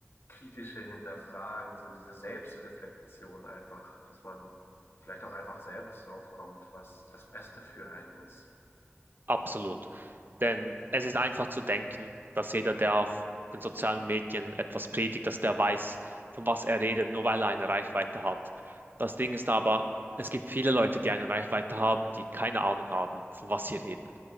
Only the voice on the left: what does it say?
kritische Hinterfragen, so diese Selbstreflexion einfach, dass man vielleicht auch einfach selbst drauf kommt, was das Beste für einen ist.